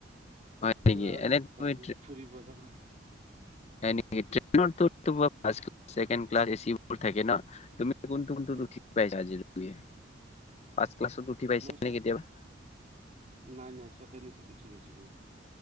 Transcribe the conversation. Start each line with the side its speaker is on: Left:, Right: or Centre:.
Left: হয়
Right: কিবা
Left: নেকি
Right: অলপ
Left: এনে তুমি
Right: <unintelligible> ফুৰিব যাম।
Left: হয় নিকি। ট্ৰেইনৰ তোমাৰ ফাষ্ট কেলা চেকেণ্ড কেলা এচি থাকেই ন তুমি কোনটো কোনটোত
Right: উম
Left: উঠি পাইছা আজিলৈকে ফাৰ্ষ্ট ক্লাছত উঠি পাইছে
Right: মই
Left: নে কেতিয়াবা?
Right: নাই নাই চেকেণ্ড এচিত উঠি গৈছো মই।